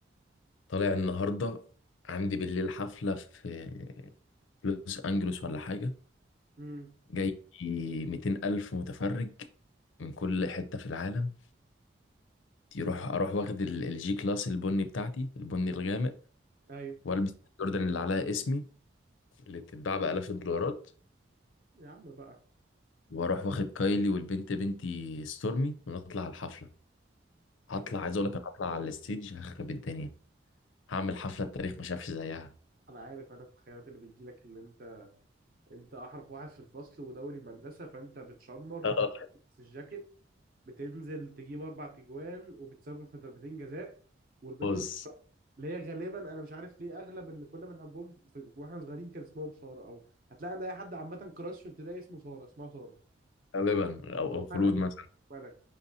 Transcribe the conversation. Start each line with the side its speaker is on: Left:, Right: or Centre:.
Left: طالع النهارده عندي بالليل حفله في لوس انجلوس ولا حاجه
Right: امم
Left: جاي 200 الف متفرج من كل حته في العالم يروح اروح واخد ال- الجي كلاس البني بتاعتي البني الغامق
Right: ايوه
Left: والبس الجوردن اللي عليها اسمي اللي بتتباع بالاف الدولارات
Right: يا عم بقى
Left: واروح واخد كايلي والبنت بنتي ستورمي ونطلع على الحفله هطلع
Right: <laughs>
Left: عايز اقول لك انا هطلع على الستيج هخرب الدنيا هعمل حفلة التاريخ ما شافش زيها
Right: انا عارف انا التخيلات اللي بتجيلك اللي انت انت احرف واحد في الفصل ودوري مدرسة فانت بتشمر
Left: آه.
Right: في الجاكيت بتنزل تجيب اربع تجوان وبتسبب في ضربتين جزاء والبت
Left: بوز
Right: الصفراء اللي هي غالبا انا مش عارف ليه اغلب اللي كنا بنحبهم في... في واحنا صغيرين كان اسمهم سارة او هتلاقي عند اي حد عامة كراش في ابتدائي اسمه سارة اسمها سارة
Left: غالبا او
Right: او
Left: أو خلود
Right: ملك
Left: مثلا
Right: ملك